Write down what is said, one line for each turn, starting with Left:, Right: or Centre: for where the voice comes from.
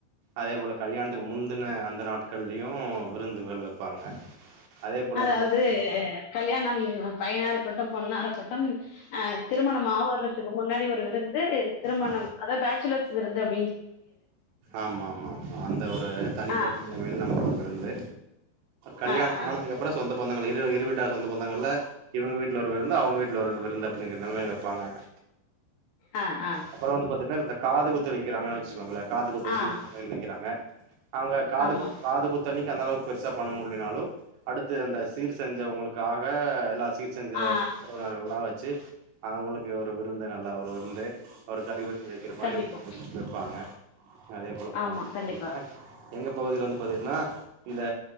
Right: அதே போல கல்யாணத்துக்கு முந்தின அந்த நாட்கள்லயும் விருந்துகள் வெப்பாங்க அதே போல
Left: அதாவது
Right: வந்து பாத்தீங்கன்னா
Left: கல்யாணம் பையனாருக்கட்டு பொண்ணாருக்கட்டு அ திருமணம் ஆவ்ரது ஆகுறக்கு முன்னாடி ஒரு விருந்து திருமணம்
Right: ஆ
Left: அதா பேச்சுலர்ஸ் விருந்து அப்டி
Right: ஆமா ஆமா ஆமா அந்த ஒரு தனிப்பட்ட
Left: ஆ
Right: முறைல நமக்கு ஒரு விருந்து கல்யாணம்
Left: ஆ ஆ
Right: ஆனதுக்கப்றோ சொந்த பந்தங்கள் இரு இரு வீட்டார் சொந்த பந்தங்கள்ல இவுங்க வீட்ல ஒரு விருந்து அவுங்க வீட்ல ஒரு விருந்து அப்டிங்கரதால வைப்பாங்க்
Left: ஆ ஆ
Right: அப்றோ வந்து பாத்தீங்கன்னா இந்த காது குத்து வைக்கிறாங்க ச்சுக்கு வாங்கல காது குத்த
Left: ஆ
Right: சின்ன பிள்ளைகளுக்கு வைக்குறாங்க அவுங்க கேக்கிறாங்க காது
Left: ஆமா
Right: குத்து காது குத்து அன்னைக்கு அந்த அளவுக்கு பெருசா பண்ண முடியனாலு அடுத்து அந்த சீர் செஞ்சவங்களுக்காக எல்லா சீர் செஞ்ச
Left: ஆ
Right: உறவினர்கள்லா வச்சு அவுங்களுக்கு ஒரு விருந்து நல்ல ஒரு விருந்து ஒரு கறி விருந்து வைக்கிற மாரி
Left: கண்டிப்பா
Right: இருப்பாங்க அதே போலத்தீன்ன
Left: ஆமா கண்டிப்பா
Right: எங்க பகுதியில வந்து பாத்தீங்கன்னா இந்த